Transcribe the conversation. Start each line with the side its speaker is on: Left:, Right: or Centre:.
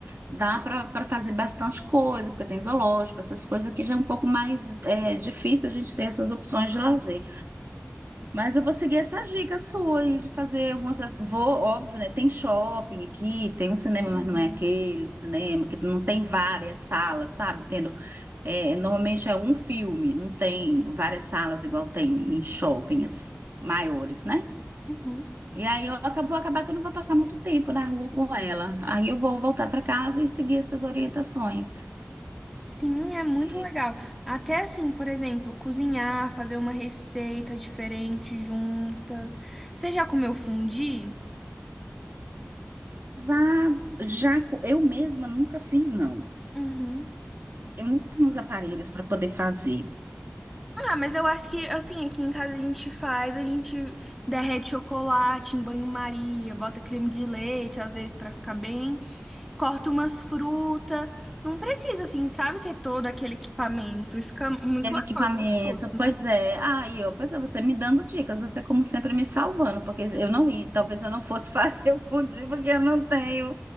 Right: dá para para fazer bastante coisa, porque tem zoológico, essas coisas aqui já é um pouco mais é, difícil a gente ter essas opções de lazer. Mas eu vou seguir essa dica sua aí de fazer algumas. Vou, óbvio, né? Tem shopping aqui, tem um cinema, mas
Centre: Uhum.
Right: não é aquele cinema, que não tem várias salas, sabe? Tendo, é, normalmente é um filme, não tem várias salas igual tem em shopping, assim, maiores, né?
Centre: Uhum.
Right: E aí eu acabo- vou acabar que eu não vou passar muito tempo na rua com ela. Aí eu vou voltar para casa e seguir essas orientações.
Centre: Sim, é muito
Right: De-
Centre: legal. Até assim, por exemplo, cozinhar, fazer uma receita diferente juntas. Você já comeu fondue?
Right: Já, já co- eu mesma nunca fiz, não.
Centre: Uhum.
Right: Eu não tenho os aparelhos para poder fazer.
Centre: Ah, mas eu acho que, assim, aqui em casa a gente faz, a gente derrete chocolate em banho-maria, bota creme de leite, às vezes, pra ficar bem, corta umas frutas. Não precisa, assim, sabe, ter todo aquele equipamento. E fica muito
Right: Aquele
Centre: legal
Right: equipamento,
Centre: e gostoso, né?
Right: pois é. Aí, ó, pois é, você me dando dicas, você como sempre me salvando, porque eu não ia, talvez eu não fosse <laughs> fazer o fundir, porque eu não tenho